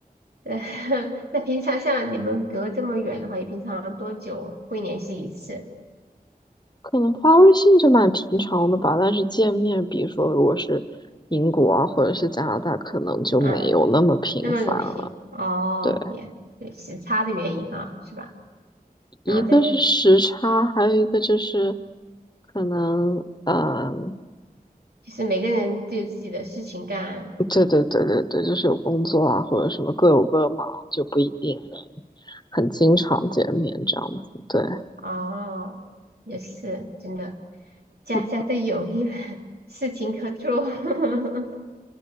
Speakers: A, on the right; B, on the left.
A: 呃，<laughs> 那平常像你们隔这么远的话，也平常多久会联系一次？
B: 可能发微信就蛮平常的吧，但是见面，比如说如果是英国啊，或者是加拿大，可能就没有那么频繁了。
A: 嗯，那么个频哦，
B: 对。
A: 也对时差的原因哈，是吧？
B: 一个是时差，
A: 然后这些
B: 还有一个就是可能，嗯，
A: 就是每个人都有自己的事情干
B: 对对对对对，就是有工作啊或者什么各有各忙，就不一定能很经常见面这样子。对，
A: 哦，也是真的，家家都有一
B: 嗯
A: <laughs> 事情可做。<laughs>